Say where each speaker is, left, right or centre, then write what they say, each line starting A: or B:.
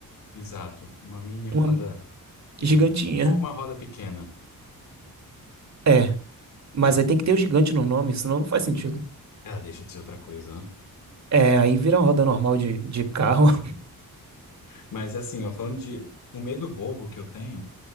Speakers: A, on the left; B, on the right.
A: Exato. Uma mini roda
B: Uma
A: gigantinha.
B: gigantinha.
A: Ou uma roda pequena.
B: É, mas aí tem que ter o gigante no nome, senão não faz sentido.
A: Ela deixa de ser outra coisa, né?
B: É, aí vira uma roda normal de, de carro. <laughs>
A: Mas assim, ó, falando de um medo bobo que eu tenho,